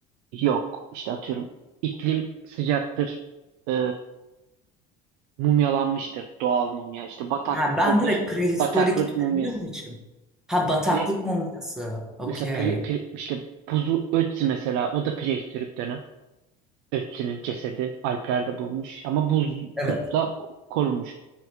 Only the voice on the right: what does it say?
yok işte atıyorum iklim sıcaktır, e, mumyalanmıştır doğal mumya. işte bataklıktadır,
bataklık
mumyası.
Pire-
Mesela pre, pre- işte buzu Ötzi mesela o da prehistorik dönem. Ötzi'nin cesedi Alplerde bulunmuş ama buz
buzda korunmuş.